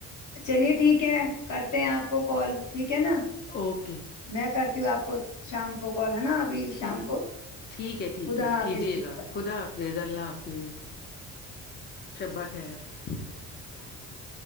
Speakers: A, on the left (about 55°); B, on the left (about 30°).
A: چلیے ٹھیک ہے <unintelligible> کرتے ہیں آپ کو کال ٹھیک ہے نا <unintelligible>
B: اوکے <unintelligible>
A: میں کرتی ہوں آپ کو شام کو کال <unintelligible>
B: ٹھیک
A: شام کو
B: ٹھیک ہے ٹھیک
A: خدا
B: ہے
A: حافظ
B: کیجیے
A: جی
B: گا خدا حافظ اللہ حافظ شبہ خیر <unintelligible> <inaudible>